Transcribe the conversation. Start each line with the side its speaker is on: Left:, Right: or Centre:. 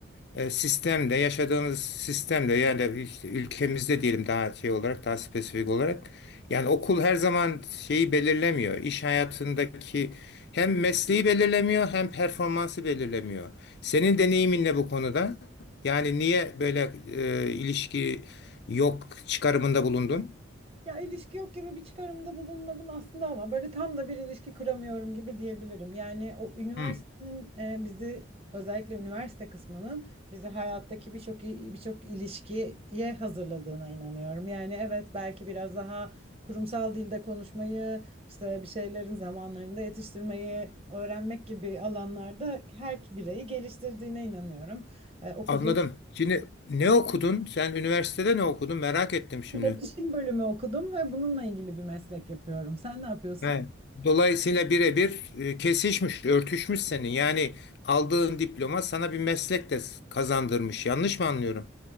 Left: e, sistemde, yaşadığımız sistemde yani işte ülkemizde diyelim daha şey olarak, daha spesifik olarak yani okul her zaman şeyi belirlemiyor. İş hayatındaki hem mesleği belirlemiyor hem performansı belirlemiyor. Senin deneyimin ne bu konuda? Yani niye böyle e, ilişki yok çıkarımında bulundun?
Right: Ya ilişki yok gibi bir çıkarımda bulunmadım aslında ama böyle tam da bir ilişki kuramıyorum gibi diyebilirim. Yani o üniversitenin
Left: Hı,
Right: e, bizi özellikle üniversite kısmının bizi hayattaki birçok birçok ilişkiye hazırladığına inanıyorum. Yani evet belki biraz daha kurumsal dilde konuşmayı, işte bir şeylerin zamanlarında yetiştirmeyi öğrenmek gibi alanlarda her bireyi geliştirdiğine inanıyorum. E, okuduğum
Left: anladım. Şimdi ne okudun? Sen üniversitede ne okudun? Merak ettim şimdi.
Right: iletişim bölümü okudum ve bununla ilgili bir meslek yapıyorum. Sen ne yapıyorsun?
Left: He. Dolayısıyla birebir e, kesişmiş, örtüşmüş senin. Yani aldığın diploma sana bir meslek de kazandırmış. Yanlış mı anlıyorum?